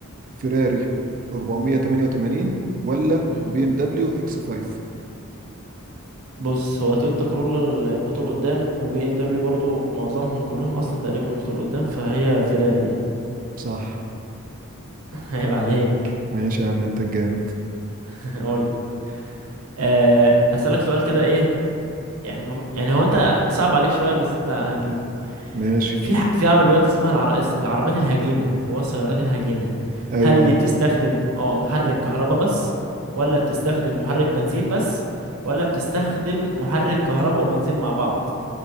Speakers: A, on the right (about 40°); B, on the right (about 85°).
A: فيراري 488 ولا
B: مم.
A: بي ام دبليو اكس 5
B: بص هو تويوتا كرولا الموتور قدام وبي ام دبليو برضو معظمهم كلهم اصلا تقريبا الموتور قدام فهي فيراري دي
A: صح
B: <laughs> عيب عليك
A: ماشي يا عم انت الجامد
B: <laughs> اقول لك أه هسألك سؤال كده ايه يعني مف... يعني هو انت صعب عليك شوية بس انت هتجيبه
A: ماشي
B: في ح- في عربيات اسمها العر... اس- العربيات الهجينة اللي هو السيارات الهجينة
A: ايوه
B: هل دي بتستخدم اه محرك كهرباء بس ولا بتستخدم محرك بنزين بس ولا بتستخدم محرك كهرباء وبنزين مع بعض